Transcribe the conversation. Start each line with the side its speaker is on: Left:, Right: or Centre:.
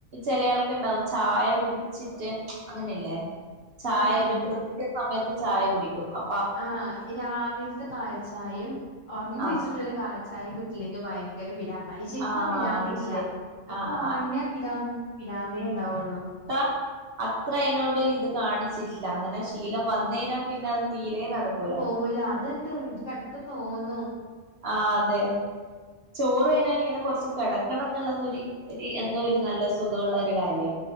Right: ചിലയാൾക്കാർക്കുണ്ടാവും, ചായ കുടിച്ചിട്ടങ്ങനെയില്ലേ ചായയൊരു
Left: ആഹ് ഇൻ
Right: കൃത്യ സമയത്തുചായ കുടിക്കും. അ
Left: ആഹ്‌, രാവിൽ ത്തെകാലിചായയും ഓർങ്ങിണീച്ചിട്ടുള്ള
Right: ആ
Left: കാലിചായയും കിട്ടിയില്ലെങ്കിൽ ഭയങ്കര പിരാ ഇച്ചിപ്പം
Right: ആ
Left: പിരാന്തില്ല,
Right: അത് ശരി
Left: ഇപ്പം
Right: ആ ആ
Left: ഒറങ്ങിയാതീരാവുന്നപിരാന്തേയുണ്ടാവുള്ളു
Right: ആഹ് അത്രയതിനോടിതുകാണിച്ചില്ല, അങ്ങനെ ശീലം വന്നുകഴിഞ്ഞാൽ പിന്നെ അതുതീരെ നടക്കു
Left: പോവൂല അതുണ്ട് എനിക്കിടക്കുതോന്നും
Right: ആഹ് അതെ ചോറു കഴിഞ്ഞാലിങ്ങനെ കൊറച്ചു കെടക്കണന്നുള്ളത് ഒരു ഒര് എന്തോ ഒരു നല്ല സുഖമുള്ള ഒരു കാര്യാ